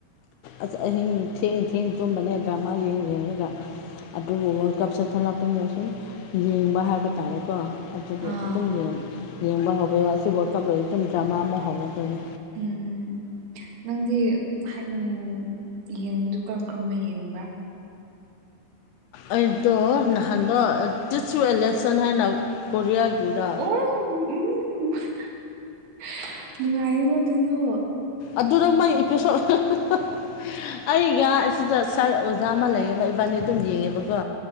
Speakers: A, on the left; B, on the right.
A: ꯑꯁ <unintelligible> ꯑꯍꯤꯡ ꯊꯦꯡ ꯊꯦꯡ ꯇꯨꯝꯕꯅꯦ ꯗ꯭ꯔꯃꯥ ꯌꯦꯡ ꯌꯦꯡꯔꯒ ꯑꯗꯨꯕꯨ ꯋꯥꯔꯜ ꯀꯞꯁꯦ ꯊꯣꯛꯂꯛꯄꯅꯤ ꯑꯁꯨꯝ ꯌꯦꯡꯕ ꯍꯥꯏꯕ ꯇꯥꯔꯦꯀꯣ ꯗꯨꯒꯤ
B: ꯑꯥ
A: ꯑꯗꯨꯝ ꯌꯦꯡ ꯌꯦꯡꯕ ꯍꯧꯒ꯭ꯔꯦꯕ ꯑꯁꯤ ꯋꯥꯔꯜ ꯀꯞ ꯂꯣꯏ ꯃꯇꯨꯡ ꯗ꯭ꯔꯃꯥ ꯑꯃꯨꯛ ꯍꯧꯔꯛꯇꯣꯏꯅꯤ
B: ꯎꯝ ꯅꯪꯗꯤ ꯍꯥꯏꯝ ꯌꯦꯡꯕꯗꯨ ꯀ꯭ꯔꯝ ꯀ꯭ꯔꯝꯕ ꯌꯦꯡꯕ꯭ꯔꯥ
A: ꯑꯩꯗꯣ ꯅꯍꯥꯟꯗꯣ ꯇꯤꯠꯁ ꯌꯨ ꯑꯦ ꯂꯦꯁꯟ ꯍꯥꯏꯅ ꯀꯣꯔꯤꯌꯥꯒꯤꯔ
B: ꯑꯣ ꯎꯝ <unintelligible> ꯅꯨꯡꯉꯥꯏꯌꯦꯒꯣ ꯑꯗꯨꯗꯨ
A: ꯑꯗꯨꯔꯣ ꯃꯩ ꯏꯄꯤꯁꯣꯠ <unintelligible> ꯑꯩꯒ ꯑꯁꯤꯗ ꯁ꯭ꯔꯥ ꯑꯣꯖ ꯑꯣꯖꯥ ꯑꯃꯥ ꯂꯩꯌꯦꯕ ꯏꯕꯥꯅꯤ ꯑꯗꯨꯝ ꯌꯦꯡꯉꯦꯕꯀꯣ